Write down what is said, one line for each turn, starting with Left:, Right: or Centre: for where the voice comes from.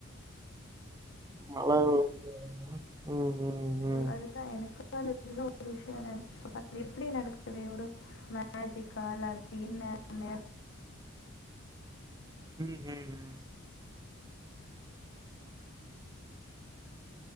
Right: மழ <unintelligible> ம் ம் ம் ம்
Left: அதுதா எனக்கு <inaudible> <inaudible> <unintelligible> அப்டின்ன <unintelligible>
Right: ம் ம் ம்